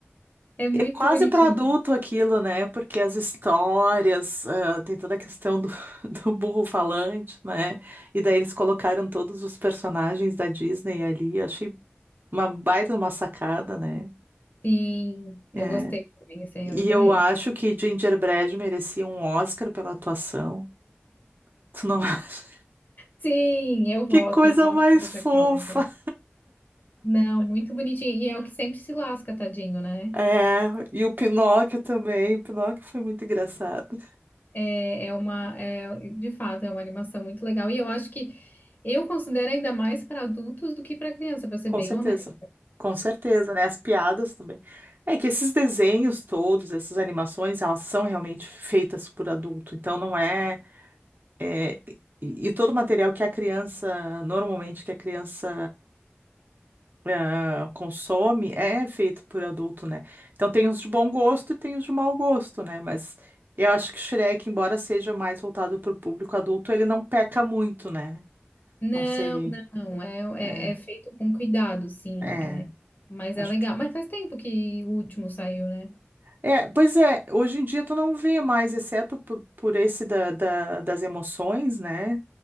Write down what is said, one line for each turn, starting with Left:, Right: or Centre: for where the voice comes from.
Left: É muito
Right: Quase
Left: bonitinho.
Right: para adulto aquilo, né? Porque as histórias, ah, tem toda a questão do, <laughs> do burro falante, né? E daí eles colocaram todos os personagens da Disney ali. Eu achei uma baita de uma sacada, né?
Left: Sim, eu
Right: É.
Left: gostei também, esse aí eu
Right: E
Left: adorei.
Right: eu acho que Gingerbread merecia um Oscar pela atuação. Tu não <laughs> acha?
Left: Sim, eu
Right: Que
Left: voto,
Right: coisa
Left: eu voto
Right: mais
Left: por essa
Right: fofa!
Left: causa. Não, muito bonitinho. E é o que sempre se lasca, tadinho, né?
Right: É, e o Pinóquio também. O Pinóquio foi muito engraçado.
Left: É, é uma, é, de fato, é uma animação muito legal. E eu acho que eu considero ainda mais para adultos do que para criança, para ser
Right: Com
Left: bem
Right: certeza,
Left: honesta.
Right: com certeza, né? As piadas também. É que esses desenhos todos, essas animações, elas são realmente feitas por adulto, então não é, é, e e todo o material que a criança, normalmente que a criança ah, consome, é feito por adulto, né? Então tem os de bom gosto e tem os de mau gosto, né? Mas eu acho que Shrek, embora seja mais voltado para o público adulto, ele não peca muito, né?
Left: Não,
Right: Não sei.
Left: não, é,
Right: É,
Left: é, é feito com cuidado, sim.
Right: é,
Left: é. mas
Right: acho
Left: é legal.
Right: que
Left: Mas faz tempo que o último saiu, né?
Right: É, pois é, hoje em dia tu não vê mais, exceto po- por, esse da, da- das emoções, né?